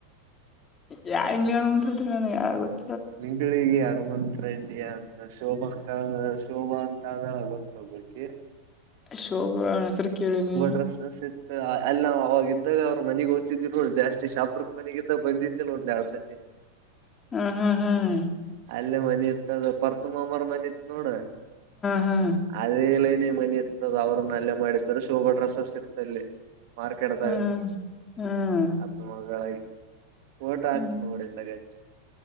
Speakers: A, on the left; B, on the right.
A: ಯಾ ಇಂಗ್ಲೆಂಡ್ ಮುಂತಿ ನ ಯತ್ತ
B: ನಿಂತಳಿ ಹಗಯು ತ್ ರೆಂಡಡಿ ಅಂತ ಶೋಭಾ ಕ ಶೋಭಾ ಅಂತ ಆದಳ ಗೊತ್ತೋಗ್ಬೇಕಿ
A: ಶೋಭ ಹೆಸರು ಕೇಳನಿ
B: ಡ್ರೆಸ್ಸಸ್ ಇತ್ ಅಲ್ಲಿ ನಾವ್ ಅವಾಗ ಇದ್ದಾಗ ಅವ್ ಮನೆಗ್ ಓಗ್ತಿದ್ವಿ ನೋಡ್, ಜಾಸ್ತಿ ಶಾಪ್ರಕ್ ಮನೆಗಿದ್ದಾಗ ಬಂದಿದ್ದೇ ನೋಡು ಒಂದೆರೆಡ್ ಸತಿ. <unintelligible>
A: ಹ ಹಾ ಹ್ಮ್
B: ಅಲ್ಲೇ ಮನಿ ಇತ್ತದು ಪರ್ತುಂಬಮ್ಮರ್ ಮನೆ ಇತ್ ನೋಡು,
A: ಹಾ ಹಾ
B: ಅದೇ ಮನಿ ಇರ್ತದ ಅವ್ರನ್ನ ಅಲ್ಲೇ ಮಾಡಿದರು ಶೋಗಡ್ ರಸ ಸಿಗ್ತಲ್ಲಿ. ಮಾರ್ಕೆಟ್ದಾಗ
A: ಹ್ಮ್ ಹ್ಮ್
B: ಹತ್ನ ಮಗಳಾಗಿ ಓಟಾಕೋ
A: ಹ್ಮ್
B: <unintelligible> ನೋಡಿಂದಾಗ.